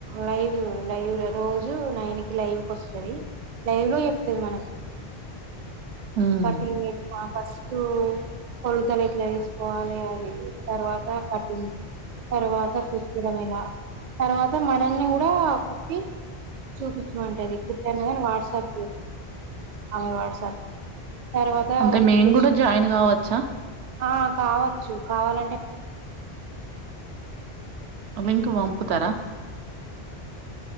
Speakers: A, on the right (about 55°); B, on the right (about 75°).
A: లైవ్ లైవ్ ల రోజు నైన్కి లైవ్ కస్తది లైవ్ లో చెప్తది మనకు
B: ఉమ్
A: కటింగ్ ఎట్ల ఫస్ట్ కొలతలు ఎట్ల తీస్ కోవాలి అవి తర్వాత కటింగ్ తర్వాత కుట్టడం ఎలా తర్వాత మనల్ని కూడా కుట్టి చూపించుమంటది కుట్టంగానే వాట్సాప్ చేయ ఆమె వాట్సాప్ తర్వాత
B: అంటే మేము
A: టెస్ట్
B: కూడా జాయిన్ కావచ్చా
A: ఆ కావచ్చు కావాలంటే
B: ఆ లింక్ పంపుతారా